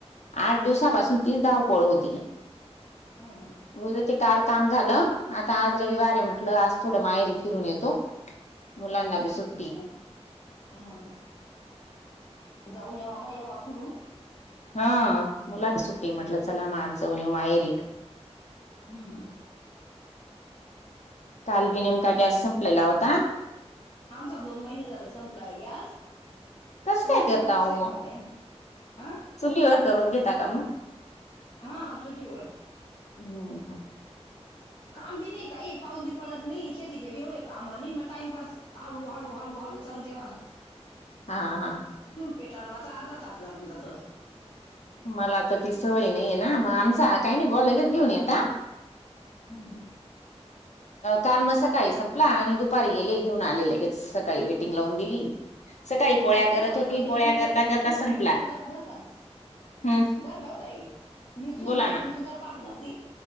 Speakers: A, on the left (about 85°); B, on the left (about 50°).
A: आठ दिवसापासून
B: हा हा
A: तीच धाव पळ होती
B: हा हा
A: उदं ते काल काम झालं आता आज र म्हटलं आज थोड माहेरी फिरून येतो मुलांनाी सुट
B: ह हा ह जाऊन येवा मग येवा फिरून
A: हा मुलांना सुट्टी म्हटलं चला म आज जाऊन येऊ माहेरी का
B: हम ह
A: काल बी नेमका गॅस संपलेला होता.
B: आमचा दोन महिने झाल संपलाय गॅस.
A: कस
B: पण
A: काय
B: मगऊन
A: करता
B: जस
A: हो
B: सही फका
A: मग
B: आहेन हं
A: चुलीवर करून घेता का मग
B: हा चुझवर
A: हम
B: काम बी नाही काही पाऊस बी पडत नाही शेतीचे बी एवढे काम नाही मग टाइमपास हळू हळू हळू हळू चालू देव
A: हा हा
B: चूल पेटाळाला तर अर्धा तास लागून जातं
A: मला तर ती सवय नाहीये ना मग आमचा काही नाही ग लगेच घेऊन येता
B: हम् हमं
A: काल मग सकाळी संपला आणि दुपारी गेले घेऊन आले लगेच सकाळी वेटिंग लावून दिली सकाळी पोळ्या
B: मला सवय
A: करत होती
B: म्हणजे
A: पोळ्या
B: मी
A: करता करता
B: चूर
A: संपला
B: पेटून सुद्धा धरका
A: हम्म
B: बरं का होताई मिचून
A: बोला
B: पेटून
A: ना
B: सुद्धा पहात नव्हती